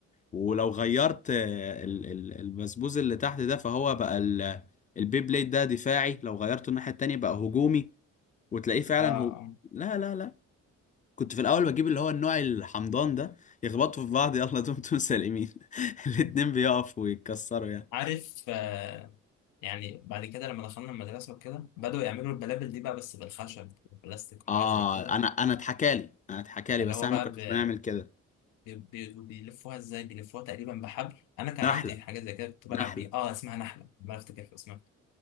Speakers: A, on the left; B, on the left.
A: ولو غيرت آه، ال- ال- البسبوز اللي تحت ده فهو بقى ال- البيبليد ده دفاعي لو غيرته الناحيه التانيه بقى هجومي وتلاقيه فعلا
B: اه
A: هو
B: آه.
A: لا لا لا كنت في الاول بجيب اللي هو النوع الحمضان ده يخبطوا في بعض يلا دمتم سالمين <laughs> الاتنين
B: <laughs>
A: بيقفوا ويتكسروا يعني
B: عارف آه يعني بعد كده لما دخلنا المدرسة وكده بدأوا يعملوا البلابل دي بقى بس بالخشب والبلاستيك وحاجات
A: اه
B: زي كده
A: انا انا اتحكالي انا اتحكالي
B: اللي
A: بس
B: هو
A: احنا
B: بقى
A: ما كناش
B: ب-
A: بنعمل كده
B: بي- بي- بيلفوها ازاي بيلفوها تقريبا بحبل انا كان
A: نحله
B: عندي حاجة زي كده كنت بلعب
A: نحله
B: بيه اه اسمها نحلة ما افتكر اسمها